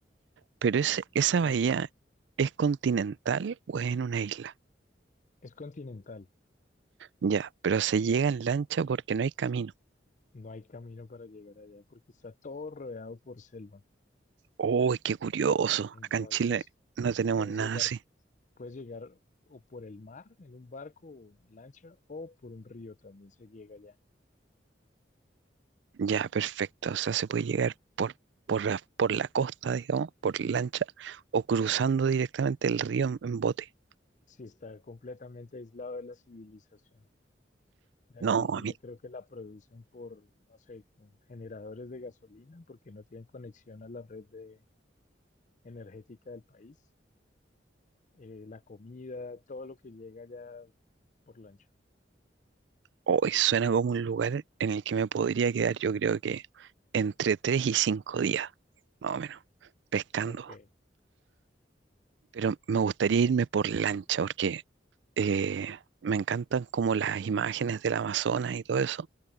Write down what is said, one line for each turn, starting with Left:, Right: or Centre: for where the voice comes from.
Right: Pero ese-
Left: no
Right: esa
Left: es buena
Right: bahía
Left: idea.
Right: ¿es continental o es en una isla?
Left: Es continental.
Right: Ya, pero se llega en lancha porque no hay camino.
Left: No hay camino para llegar allá porque está todo rodeado por selva.
Right: Uy, qué curioso.
Left: Entonces,
Right: Acá en Chile no tenemos
Left: puedes
Right: nada
Left: llegar,
Right: así.
Left: puedes llegar o por el mar en un barco o lancha o por un río también se llega allá.
Right: Ya, perfecto. O sea, se puede llegar por, por la, por la costa, digamos, por lancha, o cruzando directamente el río en, en bote.
Left: Si está completamente aislado de la civilización. La
Right: No,
Left: energía
Right: a mí,
Left: creo que la producen por, no sé, con generadores de gasolina porque no tienen conexión a la red de, energética del país. Eh, la comida, todo lo que llega allá por lancha.
Right: hoy suena como un lugar en el que me podría quedar, yo creo que entre tres y cinco días, más o menos, pescando.
Left: Ok.
Right: Pero me gustaría irme por lancha, porque eh, me encantan como las imágenes del Amazonas y todo eso.